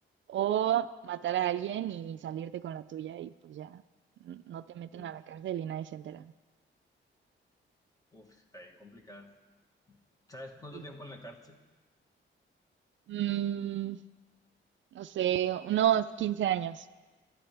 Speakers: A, on the right (about 70°); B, on the left (about 15°).
A: o matar a alguien y salirte con la tuya y pues ya n- no te meten
B: Uf,
A: a la cárcel y nadie se entera?
B: uf, está bien complicada. ¿Sabes cuánto
A: Sí.
B: tiempo en la cárcel?
A: Mm, no sé, unos 15 años.